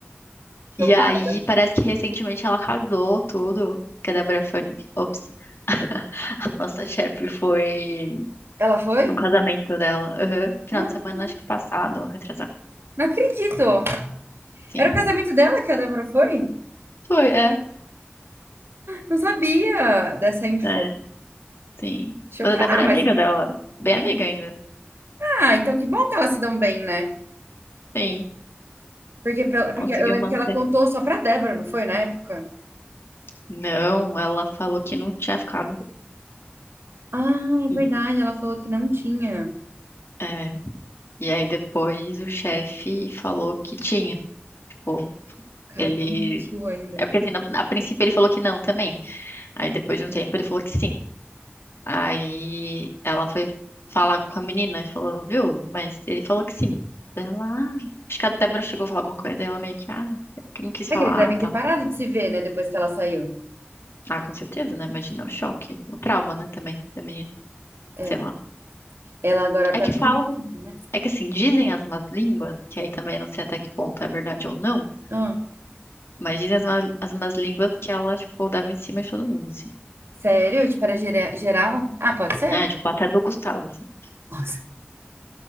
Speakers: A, on the right; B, on the left.
A: chocada.
B: E aí, parece que recentemente ela casou, tudo. Que a Débora foi. Ops, <laughs> a nossa chefe foi
A: Ela foi?
B: num casamento dela. Aham. Final
A: Ah,
B: de semana, acho que passado, retrasado.
A: não acredito.
B: Sim.
A: Era o casamento dela que a Débora foi?
B: Foi, é.
A: Não sabia dessa info.
B: É, sim.
A: Chocada.
B: Mas a Débora
A: Ah,
B: é
A: mas,
B: amiga dela, bem amiga ainda.
A: ah, então que bom que elas se dão bem, né?
B: Sim,
A: Porque, pela- porque
B: conseguiu
A: eu lembro
B: manter.
A: que ela contou só pra Débora, não foi, na época?
B: Não, ela falou que não tinha ficado.
A: Ah, é
B: E-
A: verdade, ela falou que não tinha.
B: É. E aí depois o chefe falou que tinha. Tipo,
A: Cara,
B: ele.
A: que mentiu ainda.
B: É porque assim, na- a princípio ele falou que não também. Aí depois de um tempo ele falou que sim. Aí ela foi falar com a menina e falou, viu? Mas ele falou que sim. Daí Ela, ah, acho que a Débora chegou a falar alguma coisa. Aí ela meio que, ah, que não quis
A: É
B: falar,
A: que eles devem
B: ah, tá.
A: ter parado de se ver, né? Depois que ela saiu.
B: Ah, com certeza, né? Imagina o choque, o trauma, né, também da menina,
A: É.
B: sei lá.
A: Ela agora é
B: É
A: pra
B: que
A: polícia,
B: falam,
A: né?
B: é que assim, dizem as más línguas, que aí também não sei até que ponto é verdade ou não,
A: Ah,
B: mas dizem as más, as más línguas que ela, tipo, dava em cima de todo mundo, assim.
A: sério? Tipo, era gere- geral? Ah, pode ser?
B: É, tipo, até do Gustavo, assim.
A: Nossa.